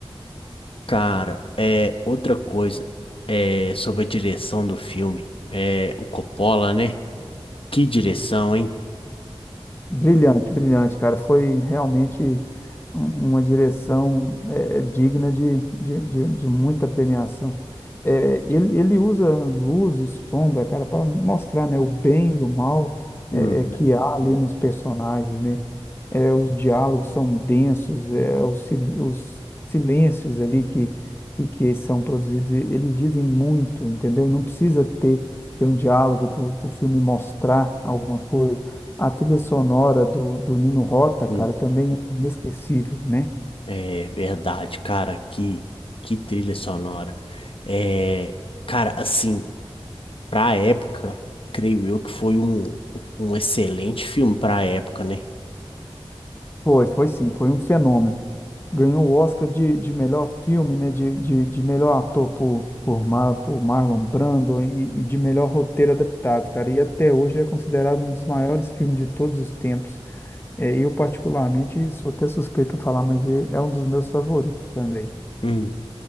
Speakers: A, on the left (about 65°); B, on the left (about 20°).
A: Cara, é outra coisa é sobre a direção do filme. É o Coppola, né? Que direção, hein?
B: Brilhante, brilhante, cara. Foi realmente um- uma direção eh, digna de, de, de, de muita premiação. Eh, ele, ele usa luz e sombra, cara, para mostrar, né, o bem e o mal
A: Uhum.
B: eh, eh, que há ali nos personagens, né? é, os diálogos são densos, é, os, sil- os silêncios ali que, que, que são produzidos, e- eles dizem muito, entendeu? Não precisa ter, ter um diálogo para o filme mostrar alguma coisa. A trilha sonora do, do Nino Rota,
A: uhum.
B: cara, também é inesquecível, né?
A: É verdade, cara. Que, que trilha sonora. É, cara, assim, pra época, creio eu que foi um, um um excelente filme pra época, né?
B: Foi, foi sim, foi um fenômeno. Ganhou o Oscar de, de melhor filme, né? De, de, de melhor ator por, por, Mar, por Marlon Brando e, e de melhor roteiro adaptado, cara. E até hoje é considerado um dos maiores filmes de todos os tempos. É, eu, particularmente, sou até suspeito a falar, mas é é um dos meus favoritos também.
A: Uhum.